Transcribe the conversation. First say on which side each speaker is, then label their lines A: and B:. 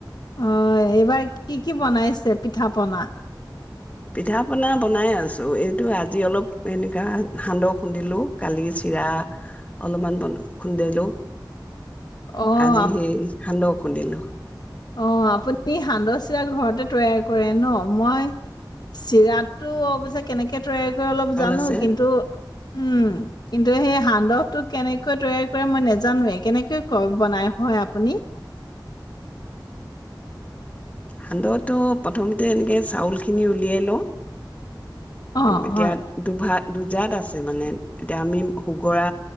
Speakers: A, on the left; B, on the left.
A: অ-এই- এইবাৰ কি কি বনাইছে পিঠা পনা?
B: পিঠা পনা বনাই আছো। এইটো আজি অলপ এনেকুৱা সান্দহ খুন্দিলো কালি চিৰা অলপমানন খুন্দিলো।
A: অহ
B: আজি সেই সান্দহ খুন্দিলো। <inaudible>
A: অ আপুনি সান্দহ চিৰা ঘৰতে তৈয়াৰ কৰে ন? মই চিৰাটো অৱশ্যে কেনেকে তৈয়াৰ কৰে- অলপ
B: চাউল
A: জানো
B: আছে
A: কিন্তু- উম্ কিন্তু সেয়ে সান্দহটো কেনেকে তৈয়াৰ কৰে মই নাজানোৱে, কেনেকৈ বনাই হয়, আপুনি?
B: সান্দহটো প্ৰথমতে এনেকে চাউলখিনি উলিয়াই লওঁ-
A: অহ
B: এতিয়া
A: হয়
B: দুভাগ- দুজাত আছে মানে, এতিয়া আমি সুগৰা